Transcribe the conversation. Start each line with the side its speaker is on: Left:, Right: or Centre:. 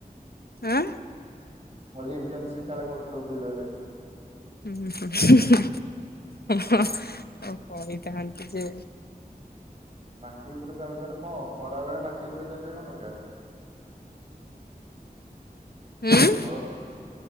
Left: ଆଁ।
Right: ମୁଁ କଇଲି ଇଣ୍ଟନସିପ୍ କାଳେ କରୁଥୁବୁ ବିଲରେ।
Left: ଉଁ ହୁଁ ହୁଁ ହୁଁ ହୁଁ ତମ କଇଥାନ୍ତି ଯେ
Right: ମାଟି ଉପରେ ଚାଲୁଚନ୍ତି କଣ ଖରା ବେଳେ ମାଟି ଉପରେ ଚାଲିବା କଣ ଦରକାର?
Left: ହୁଁ
Right: ଆଉ କ